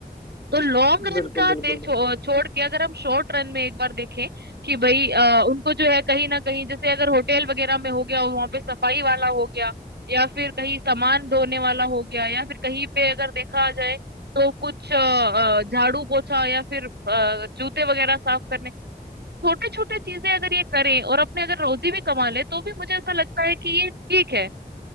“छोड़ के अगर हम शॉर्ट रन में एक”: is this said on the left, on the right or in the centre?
Right